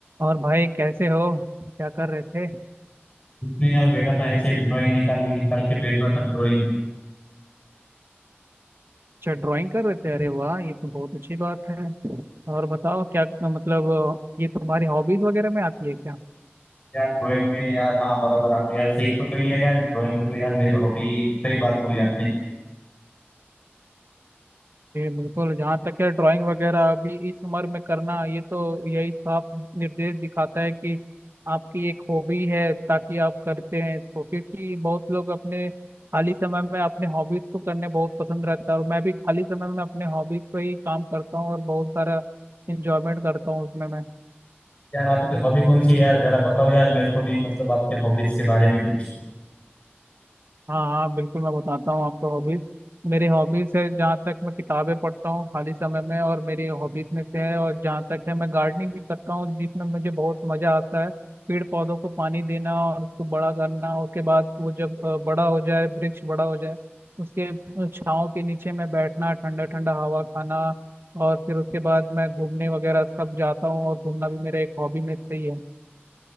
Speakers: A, on the right; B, on the left.
A: और भाई कैसे हो क्या कर रहे थे
B: तो यार बैठा था ऐसे ड्राइंग निकाल निकाल के बैठा था ड्राइंग
A: अच्छा ड्राइंग कर रहे थे अरे वाह ये तो बहुत अच्छी बात है और बताओ क्या मतलब ये तुम्हारी हॉबीज वगैरह में आती है क्या
B: यार ड्राइंग में यार हाँ बराबर आपने यार सही पकड़ लिया यार ड्राइंग तो यार मेरी हॉबी सही बात बोली आपने
A: ये बिल्कुल जहाँ तक है ड्राइंग वगैरह अभी इस उम्र में करना ये तो यही साफ निर्देश दिखाता है कि आपकी एक हॉबी है ताकि आप करते हैं इसको क्योंकि बहुत लोग अपने खाली समय में अपने हॉबीज को करने बहुत पसंद रहता है और मैं भी खाली समय में अपने हॉबीज पर ही काम करता हूँ और बहुत सारा इंजॉयमेंट करता हूँ उसमें मैं
B: यार आपकी हॉबी कौन सी है यार जरा बताओ यार मेरे को भी मतलब आपके हॉबीज के बारे में कुछ
A: हाँ हाँ बिल्कुल मैं बताता हूँ आपको हॉबीज मेरी हॉबीज है जहाँ तक मैं किताबें पढ़ता हूँ खाली समय में और मेरी हॉबीज में से है और जहाँ तक है मैं गार्डनिंग भी करता हूँ जिसमें मुझे बहुत मजा आता है पेड़ पौधों को पानी देना और उसको बड़ा करना उसके बाद वो जब अ, बड़ा हो जाए वृक्ष बड़ा हो जाए उसके अ, छांव के नीचे मैं बैठना ठंडा ठंडा हवा खाना और फिर उसके बाद मैं घूमने वगैरह सब जाता हूँ और घूमना भी मेरा एक हॉबी में से ही है